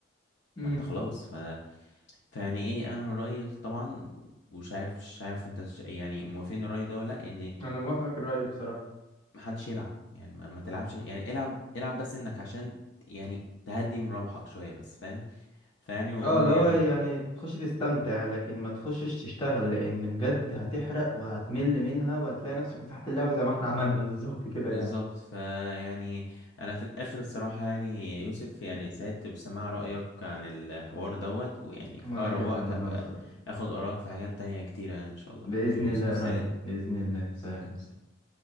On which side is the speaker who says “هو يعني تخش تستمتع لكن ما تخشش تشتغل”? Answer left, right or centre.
Left